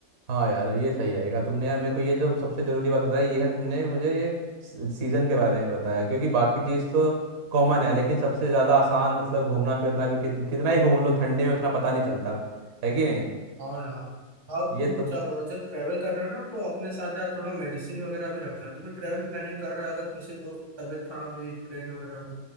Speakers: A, on the right; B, on the right.
A: हाँ यार ये सही रहेगा तुमने यार मेरे को ये जो सबसे जरूरी बात बताई ये है तुमने मुझे ये सीजन के बारे में बताया क्योंकि बाकी चीज़ तो कॉमन है लेकिन सबसे ज़्यादा आसान मतलब घूमना फिरना भी कित, कितना ही घूम लो ठंडे में उतना पता नहीं चलता है कि नहीं
B: हाँ यार और
A: ये
B: तू
A: तो
B: जब जब ट्रैवल कर रहा है ना तो अपने साथ यार थोड़ा मेडिसिन वगैरह भी रखना क्योंकि ट्रैवल प्लानिंग कर रहा है अगर किसी दोस्त तबीयत खराब हुई ट्रेन वगैरह में